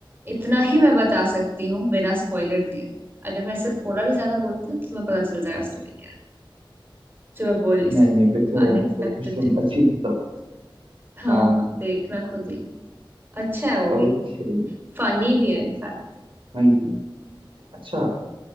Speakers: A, on the right; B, on the right.
A: इतना ही मैं बता सकती हूँ बिना स्पॉइलर दिए अगर मैं इससे थोड़ा भी ज्यादा बोलती हूँ तो तुम्हें पता चल जाएगा स्टोरी क्या है जो मैं बोल नहीं सकती
B: नहीं नहीं फिर तो
A: अनएक्सपेक्टेड
B: रहने दो फिर तो
A: है तो।
B: अच्छी बताओ
A: हाँ
B: हाँ
A: हाँ देखना खुद ही अच्छा है वो भी
B: ओके
A: फनी भी है इनफैक्ट
B: हाँ जी अच्छा